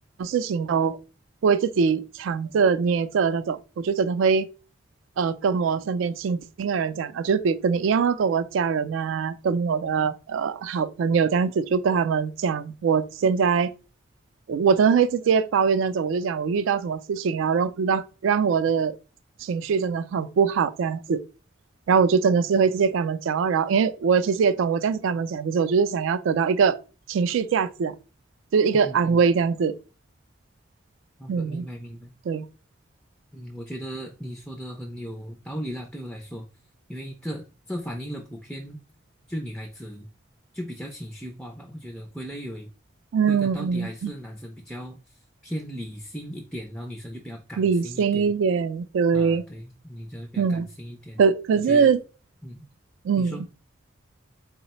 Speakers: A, on the right; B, in the centre.
A: 事情都不会自己藏着捏着的那种，我就真的会呃跟我身边亲近的人讲啊，就比如跟你一样啊，跟我家人啊，跟我的呃好朋友这样子，就跟他们讲我现在我真的会直接抱怨那种，我就讲我遇到什么事情，然后让让让我的情绪真的很不好这样子。然后我就真的是会直接跟他们讲哦，然后因为我其实也懂，我这样子跟他们讲，其实我就是想要得到一个情绪价值啊，就是一个安慰这样子。
B: 嗯嗯，好的，
A: 嗯，
B: 明白明白。
A: 对，
B: 嗯，我觉得你说的很有道理啦，对我来说，因为这这反映了普遍就女孩子就比较情绪化吧。我觉得归类为
A: 嗯，
B: 归根到底还是男生比较偏理性一点，然后女生就比较感性一点
A: 理性一点，对，
B: 啊。对，女生比较感性一点，
A: 嗯，可可是，
B: 我觉得，嗯，
A: 嗯，
B: 你说，